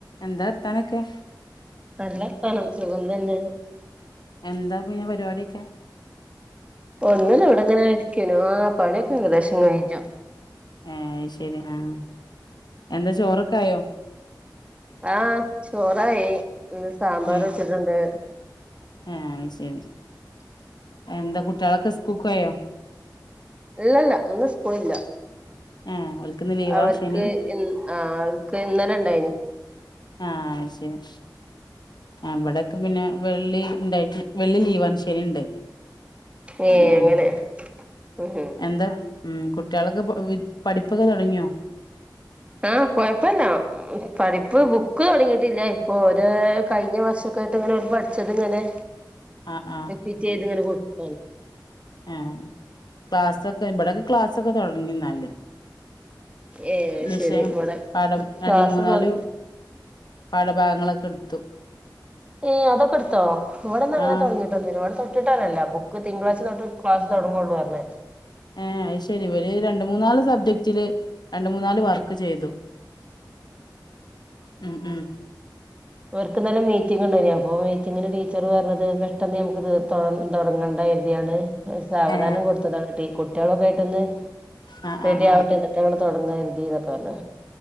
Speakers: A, on the left (about 70°); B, on the right (about 15°).
A: എന്താ വർത്താനം ഒക്കെ
B: നല്ല വർത്താനം സുഖം തന്നെ
A: എന്താ പിന്നെ പരിപാടി ഒക്കെ
B: ഒന്നുല്ല ഇവടെങ്ങനെ ഇരിക്കേനു. ആഹ് പണിയൊക്കെ ഏകദേശം കഴിഞ്ഞു.
A: ഏഹ് അയ് ശരി. ആഹ് എന്താ ചോറൊക്കായൊ?
B: ആഹ് ചോറായി. ന്ന് സാമ്പാർ
A: ഏഹ്
B: വെച്ചിട്ടുണ്ട്.
A: ഏഹ് അത് ശരി. എന്താ കുട്ട്യളൊക്കെ സ്കൂക്കോയൊ?
B: ഇല്ലല്ലാ. ഇന്ന് സ്കൂളില്ല.
A: ഏഹ് ഓൽക്കിന്ന് ലീവാ
B: അവർക്ക്
A: ശനി
B: ഇ ആഹ് അവർക്ക് ഇന്നലെ ണ്ടായി നു.
A: ആഹ് അയ് ശരി. ആഹ് ഇവടെക്കെ പിന്നെ വെള്ളി ണ്ടായിട്ട് വെള്ളി ലീവാണ്. ശനി ഉണ്ട്.
B: ഏ
A: അങ്ങനേണ്.
B: അങ്ങനെ ഉം
A: എന്താ? ഉം കുട്ട്യാളൊക്കെ പ്പൊ വ്വ് പഠിപ്പൊക്കെ തൊടങ്ങിയൊ?
B: ആഹ് കൊഴപ്പല്ലാ. ഉം. പഠിപ്പ് ബുക്ക് തൊട്ങ്ങീട്ടില്ല. ഇപ്പൊ ഓരെ കഴിഞ്ഞ വർഷംക്കെ ആയിട്ട് ങ്ങനെ ഓല് പഠിച്ചത് ങ്ങനെ
A: ആഹ് ആഹ്
B: പ്പിറ്റേത് ങ്ങനെ കൊട്ക്കാണ്.
A: ഏഹ്. ക്ലാസ്സൊക്കെ വടൊക്കെ ക്ലാസൊക്കെ തൊടങ്ങി ന്നാല്.
B: ഏ
A: വിഷയം
B: ശരി ഇവിടെ
A: പാഠം രണ്ട്,
B: ക്ലാസ്
A: മൂന്നാല് പാഠഭാഗങ്ങളൊക്കെ ട്ത്തു.
B: ഏഹ്. അതൊകെ ട്ത്തോ. വടെന്ന് അങ്ങനെ
A: ആഹ്
B: തൊടങ്ങിട്ടൊന്നുല്യാ. വ ടെ തൊ..... ട്ട്ട്ടെന്നെല്ല. ബുക്ക് തിങ്കളാഴ്ച തൊട്ട് ക്ലാസ് തെടങ്ങള്ളൂ അർ ഞ്ഞ്.
A: ഏഹ് അയ് ശരി. ഇവര് രണ്ട്, മൂന്നാല് സബ്ജക്റ്റില് രണ്ട്, മൂന്നാല് വർക്ക് ചെയ്തു. ഉം ഉം
B: അവർക്ക് ന്നെലെ മീറ്റിംങ്ങ് ണ്ടായിനി. അപ്പൊ മീറ്റിങ്ങിന് ടീച്ചർ പർഞ്ഞത് ട്ടെന്ന് നമുക്ക് തീർത്തോ <unintelligible> തൊടങ്ങണ്ടാ കര്തിയാണ്ട് സാവധാനം
A: ആ
B: കൊട്ത്തതാണ്. ഈ കുട്ടികളൊയിട്ടൊന്ന്
A: ആ
B: റെഡി ട്ടെ
A: ആ
B: ട്ടെ കുട്ട്യാള് പേട്ടന്ന് റെഡിയാവട്ടെ ന്നെട്ട് വേണം തൊട്ങ്ങാര്ന്നൊക്കെ പർഞ്ഞ്.